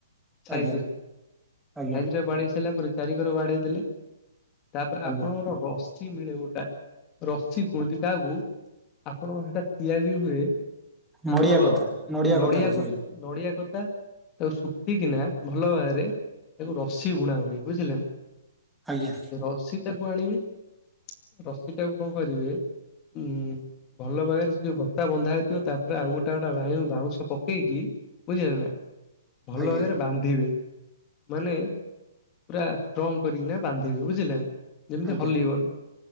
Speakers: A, on the left; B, in the centre.
A: ସାଇଜରେ
B: ଆଜ୍ଞା
A: ସାଇଜ
B: ଆଜ୍ଞା
A: ରେ ବାଡେଇ ସାରିଲା ପରେ ଚାରି ଘର ବାଡେଇ ଦେଲେ ତାପରେ
B: ଆଜ୍ଞା
A: ଆପଣଙ୍କର ରସି ମିଳେ ଗୋଟା ରସି କୁହନ୍ତି ତାହାକୁ ଆପଣ ସେଇଟା ତିଆରି ହୁଏ। ଆମର
B: ନଡିଆ କଥା
A: ନଡିଆ
B: କଥା ରସି
A: କ ନଡିଆ କ ତାକୁ ଶୁଖିକିନା ଭଲ ଭାବରେ ରସିବୁଣା ହୁଏ ବୁଝିଲ ନା?
B: ଆଜ୍ଞା।
A: ରସି ଟାକୁ ଆଣିବି ରସି ଟାକୁ କଣ କରିବେ ଉଁ। ଭଲ ଭାଗରେ ସେ ଯୋଉ ବତ୍ତା ବନ୍ଧା ହେଇଥିବ ତାପରେ ଆଉ ଗୋଟେ ଗୋଟେ ବାଉଁଶ ପକେଇକି। ବୁଝିଲ ନା ଭଲ
B: ଆଜ୍ଞା
A: ଭାଗରେ ବାନ୍ଧିବେ। ମାନେ ପୁରା ଷ୍ଟ୍ରଙ୍ଗ କରିକିନା ବାନ୍ଧିବେ ବୁଝିଲେ ନା ଯେମିତି
B: ଆଜ୍ଞା
A: ହଲିବନ।